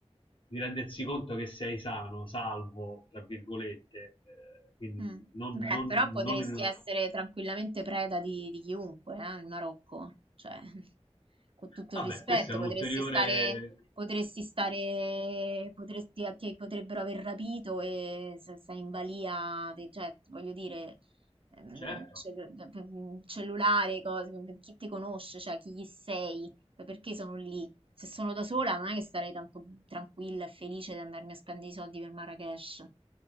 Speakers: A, on the left (about 50°); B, on the right (about 55°).
A: di rendersi conto che sei sano, salvo, tra virgolette, eh, quindi
B: Mm.
A: non,
B: Beh,
A: non-
B: però potresti
A: non in una...
B: essere tranquillamente preda di, di chiunque, eh, in Marocco. Cioè, <laughs> con tutto
A: Vabbè,
B: il rispetto,
A: questo è un
B: potresti
A: ulteriore...
B: stare, potresti stare, potresti, ti potrebbero aver rapito e se sei in balia, de- cioè, voglio dire, ehm,
A: Certo.
B: cellu- mm, cellulare, cose, chi ti conosce, cioè, chi gli sei, perché sono lì. Se sono da sola non è che sarei tanto tranquilla e felice di andarmi a spendere i soldi per Marrakesh.